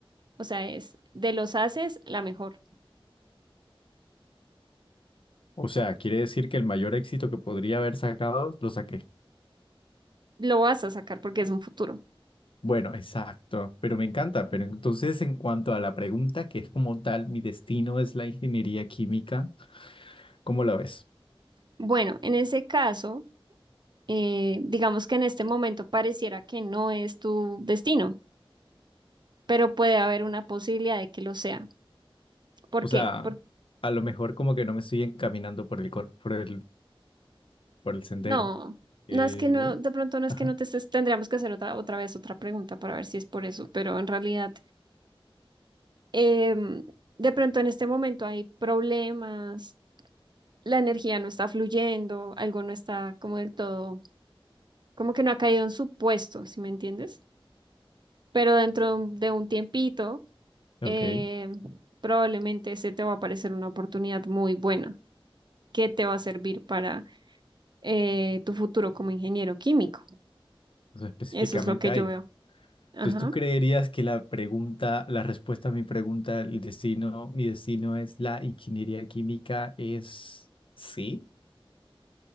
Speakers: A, on the right; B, on the left.
A: O sea, es de los ases la mejor.
B: O sea, quiere decir que el mayor éxito que podría haber sacado, lo saqué.
A: Lo vas a sacar porque es un futuro.
B: Bueno, exacto, pero me encanta. Pero entonces, en cuanto a la pregunta, que es como tal, mi destino es la ingeniería química, ¿cómo la ves?
A: Bueno, en ese caso, eh, digamos que en este momento pareciera que no es tu destino pero puede haber una posibilidad de que lo sea. ¿Por
B: O
A: qué?
B: sea,
A: Porque
B: a lo mejor como que no me estoy encaminando por el, cor- por el, por el sendero.
A: no,
B: Eh,
A: no es que no,
B: voy.
A: de pronto no es
B: Ajá.
A: que no te estés, tendríamos que hacer otra, otra vez otra pregunta para ver si es por eso, pero en realidad, em, de pronto en este momento hay problemas, la energía no está fluyendo, algo no está como del todo, como que no ha caído en su puesto, si me entiendes? Pero dentro de un de un tiempito,
B: Ok.
A: em, probablemente se te va a aparecer una oportunidad muy buena que te va a servir para eh, tu futuro como ingeniero químico.
B: O sea, específicamente
A: Eso es lo que
B: ahí
A: yo veo. Ajá.
B: Entonces, ¿tú creerías que la pregunta, la respuesta a mi pregunta, el destino, mi destino es la ingeniería química, es sí?